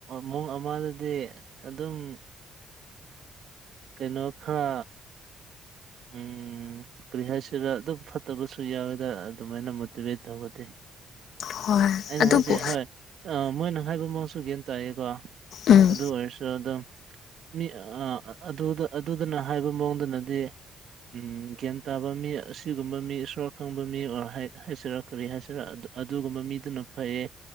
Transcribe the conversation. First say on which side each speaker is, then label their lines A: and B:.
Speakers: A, on the right; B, on the left.
A: ꯃꯨꯡ ꯑꯃꯗꯗꯤ ꯑꯗꯨꯝ ꯀꯩꯅꯣ ꯈꯔ ꯎꯝ ꯎꯝ ꯀꯔꯤ ꯍꯥꯏꯁꯤꯔ ꯑꯗꯨꯝ ꯐꯠꯇꯕꯁꯨ ꯌꯥꯎꯋꯦꯗ ꯑꯗꯨꯃꯥꯏꯅ ꯃꯣꯇꯤꯚꯦꯠ ꯇꯧꯕꯗꯤ
B: ꯍꯣꯏ
A: ꯑꯩꯅ
B: ꯑꯗꯨꯕꯨ
A: ꯍꯥꯏꯗꯤ ꯍꯣꯏ ꯑ ꯃꯣꯏꯅ ꯍꯥꯏꯕ ꯃꯑꯣꯡꯁꯨ ꯇꯥꯏꯀꯣ
B: ꯎꯝ
A: ꯑꯗꯨ ꯑꯣꯏꯔꯁꯨ ꯑꯗꯨꯝ ꯃꯤ ꯑꯗꯨ ꯑꯗꯨꯗꯅ ꯍꯥꯏꯕ ꯃꯑꯣꯡꯗꯅꯗꯤ ꯎꯝ ꯒ꯭ꯌꯥꯟ ꯇꯥꯕ ꯃꯤ ꯑꯁꯤꯒꯨꯝꯕ ꯃꯤ ꯏꯁꯣꯔ ꯈꯪꯕ ꯃꯤ ꯍꯥꯏꯁꯤꯔꯥ ꯀꯔꯤ ꯍꯥꯏꯁꯤꯔꯥ ꯑꯗꯨꯒꯨꯝꯕ ꯃꯤꯗꯨꯅ ꯐꯩꯌꯦ